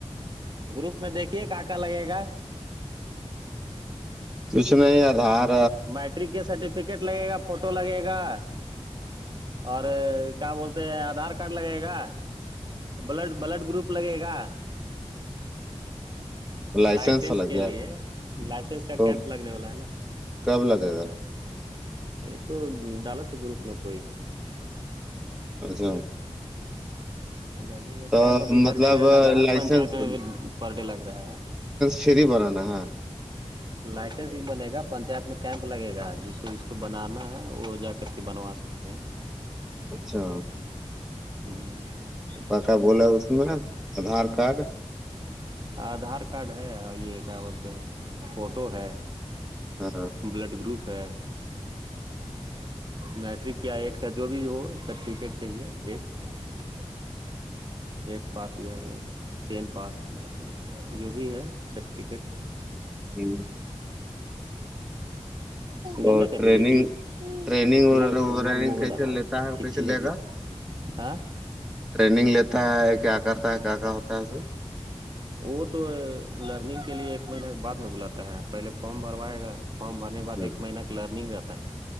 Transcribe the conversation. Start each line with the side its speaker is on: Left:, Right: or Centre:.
Right: گروپ میں دیکھیے کیا کا لگے گا
Centre: کچ میں آدار
Right: میٹرک کے سرٹیفکیٹ لگے گا فوٹو لگے گا اور کیا بولتے ہیں آدھار کارڈ لگے گا بلڈ بلڈ گروپ لگے گا
Centre: لائسنس
Right: لائسینس
Centre: لگ
Right: کے
Centre: گیا
Right: لیے لائسینس کا
Centre: تو
Right: کیمپ لگنے والا ہے نا
Centre: کب لگے گا
Right: یہ تو ڈال تھ ہے گروپ میں کوئی
Centre: اچھا
Right: لگ
Centre: تو
Right: کیمپ ابھی ہر
Centre: مطلب
Right: جگہ الگا ہر
Centre: لائسنس
Right: پنچایت میں بھی پر ڈے لگ رہا ہے
Centre: شری بنانا ہاں
Right: لائسنس بھی بنے گا پنچات میں کیمپ لگے گا جس کو جس کو بنانا ہے وہ جا کر کے بنوا سکتے ہیں
Centre: اچھا
Right: ہوں
Centre: کا کیا بولے اس میں آدھار کارڈ
Right: آدھار کارڈ ہے اور یہ کیا بولتے ہیں فوٹو ہے
Centre: ہاں ہاں
Right: بلڈ گروپ ہے میٹرک یا ایٹ کا جو بھی ہو سرٹیفکیٹ چاہیے ایک ایٹ پاس ٹین پاس جو بھی ہے سرفکٹ
Centre: ہوں
Right: گندا
Centre: اور
Right: کر
Centre: ٹریننگ
Right: د بیٹی ہے
Centre: ٹریننگ اور
Right: لا اس کوت
Centre: ورننگ
Right: منہ میں
Centre: کیسے
Right: ڈالنا
Centre: لیتا ہے
Right: چیچھی
Centre: کیسے لے
Right: لگی
Centre: گا
Right: ہے ہاں
Centre: ٹریننگ لیتا ہے کیا کرتا ہے کیا کیا ہوتا ہے سر
Right: وہ تو لرننگ کے لیے ایک مہینے کے بعد نہیں بلاتا ہے پہلے فم بھروائے گا فارم بھرنے کے بعد
Centre: ہ
Right: ایک مہینہ کا لرننگ رہتا ہے